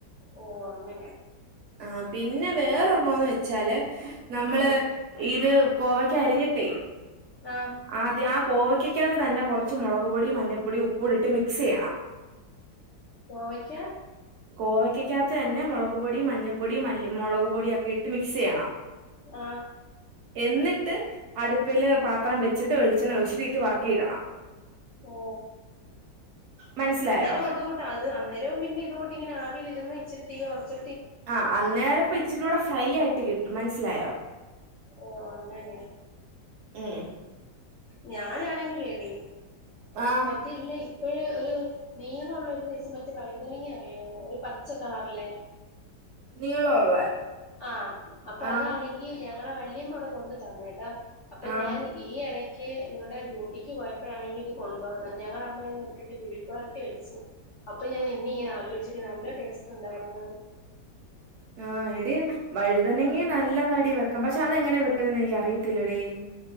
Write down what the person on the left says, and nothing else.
ഓഹ് അങ്ങനെ
ഉം
ആഹ്
കോവയ്ക്കാ
ആ
ഓ
അന്നേരം അതുകൂ ട്ടത് അന്നരവും പിന്നെ ഇതുകൂട്ടി ഇങ്ങനെ ആവിയിലിരുന്ന് ഇച്ചിരി തീ കൊറച്ച്
ഓ അങ്ങനെ
ഞാനാണെങ്കിലേടി
മറ്റേ ഇല്ലേ ഇപ്പഴ് ഒരു നീളൊള്ള ഒരു സൈസ് മറ്റേ വഴുതനങ്ങ അറിയാവോ ഒരു പച്ച കളറിലെ
ആഹ് അപ്പൊ
അതാണെങ്കി ഞങ്ങടെ വല്ല്യമ്മ ഇവിടെ കൊണ്ട് തന്ന് കേട്ടാ അപ്പൊ
ഞാന് ഈ എടയ്ക്ക് ഇവിടെ ഡ്യൂട്ടിക്ക് പോയപ്പോഴാണെങ്കി ഇത് കൊണ്ടുവന്ന് ഞങ്ങളമ്മ ഇത് നോക്കിയിട്ട് <unintelligible> പൊരട്ടി വെച്ചു അപ്പൊ ഞാൻ നിന്നെ ഇങ്ങനെ ആലോചിച്ചടി നല്ല ടേസ്റ്റ് ഉണ്ടായിരുന്നു അത്